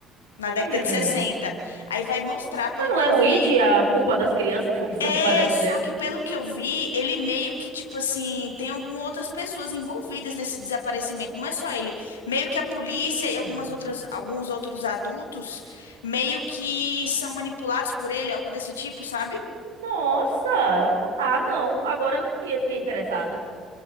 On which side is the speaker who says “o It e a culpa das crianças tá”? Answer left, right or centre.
Right